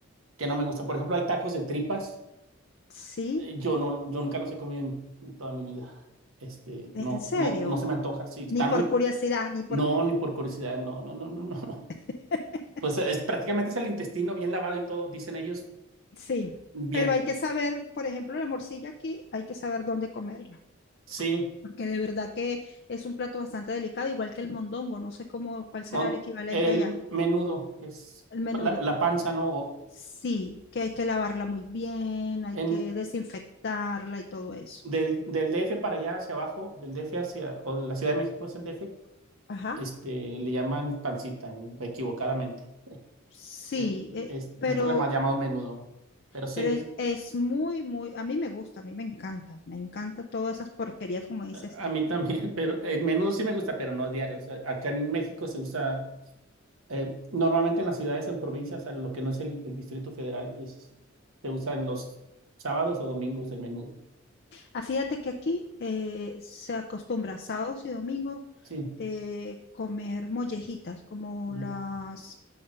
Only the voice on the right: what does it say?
que no me gustan. Por ejemplo, hay tacos de tripas.
Eh, Yo no, yo nunca los he comido en, en toda mi vida. Este,
no,
no, no se me antoja. Sí, están
muy,
no, ni por curiosidad, no, no, no, no, no.
Pues es, prácticamente es el intestino bien lavado y todo, dicen ellos.
Bien,
sí.
mon-
el
menudo es
la, la panza, ¿no? O
En,
del, del DF para allá hacia abajo, del DF hacia, o de la Ciudad de México es el DF,
este, le llaman pancita, equivocadamente.
Eh,
este,
nosotros le más llamamos menudo. Pero sí,
a
mí también, <laughs> pero el menudo sí me gusta, pero no diario. O sea, acá en México se usa Eh, normalmente en las ciudades, en provincias, en lo que no es el, el Distrito Federal, es, se usan los sábados o domingos el menudo.
Sí,
ujú.